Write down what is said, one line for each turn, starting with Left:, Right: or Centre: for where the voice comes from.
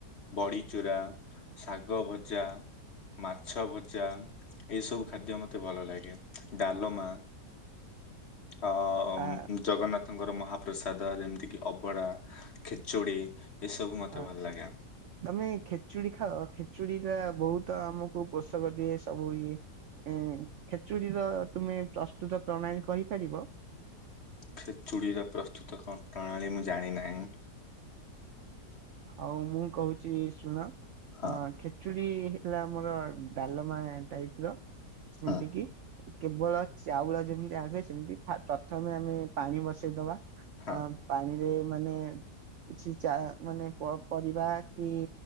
Left: ବଡିଚୁରା ଶାଗଭଜା ମାଛଭଜା ଏଇସବୁ ଖାଦ୍ୟ ମତେ ଭଲ ଲାଗେ। ଡାଲମା ଅ
Right: ଆ
Left: ଜଗନ୍ନାଥଙ୍କ ମହାପ୍ରସାଦ ଯେମିତି କି ଅବଢା ଖେଚୁଡି। ଏସବୁ ମତେ
Right: ହଁ
Left: ଭଲ ଲାଗେ
Right: ତମେ ଖେଚୁଡି ଖାଅ ଖେ ଚୁଡ଼ି ଟା ବହୁତ ଆମକୁ ପୋଷକ ଦିଏ ସବୁ ଇଏ ଏ ଖେଚୁଡିର ତୁମେ ପ୍ରସ୍ତୁତ ପ୍ରଣାଳୀ କହିପାରିବ?
Left: ଖେଚୁଡ଼ିର ପ୍ରସ୍ତୁତ କଣ ପ୍ରଣାଳୀ ମୁଁ ଜାଣିନାହିଁ।
Right: ହଉ ମୁଁ କହୁଛି ଶୁଣ
Left: ହଁ
Right: ଅ ଖେଚୁଡି ହେଲା ଆମର ଡା ମା ଟାଇପର ଯେମିତି
Left: ହଁ।
Right: କି କେବଳ ଚାଉଳ ଯେମିତି ଆଣିବେ ସେମିତି ପ୍ରଥମେ ଆମେ ପାଣି ବସେଇଦବା
Left: ହଁ
Right: ପାଣିରେ ମାନେ କିଛି ଚା ମାନେ ପରିବା କି